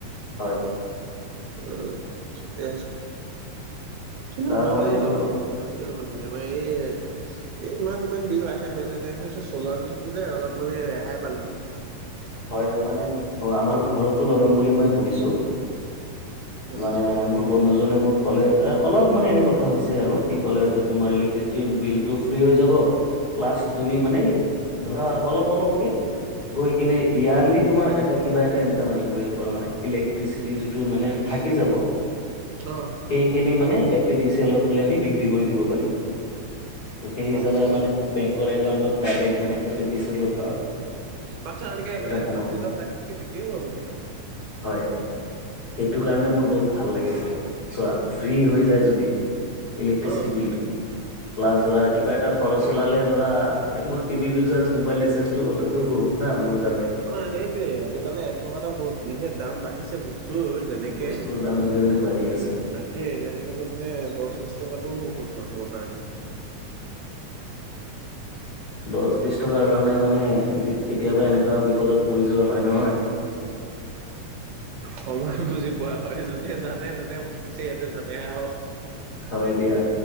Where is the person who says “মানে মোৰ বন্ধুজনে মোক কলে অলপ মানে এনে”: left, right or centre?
Left